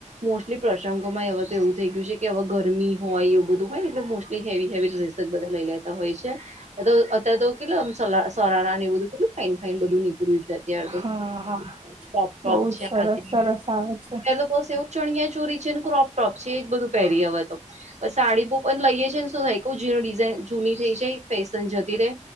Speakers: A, on the right (about 60°); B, on the right (about 45°).
A: મોસ્ટલી પ્રશંગોમાં હવે તો એવું થઈ ગયું છે કે હવે ગરમી હોય એવું બધું હોય એટલે મોસ્ટલી હેવી હેવી ડ્રેસ બધા લઈ લેતા હોય છે <unintelligible> અતારે તો કેટલું આમ સલા સરાારા ને એ બધું કેટલું ફાાઈન ફાાઈન બધું નીકળ્યું છે અત્યાર તો
B: હા
A: <inaudible>
B: હા
A: છે
B: બહુ જ સરસ
A: <unintelligible> અત્યારે
B: સરસ આવે છે
A: તો બસ એવું. ચણિયા ચોરી છે ને ક્રોપ ટ્રોપ છે એ બધું પહેરી હવે તો. બ સાડી બવ પણ લઈએ છે ને શું થાય કઉ <inaudible> જૂનું ડિઝાઇન જૂની થઈ જાય ફેશન જતી રે.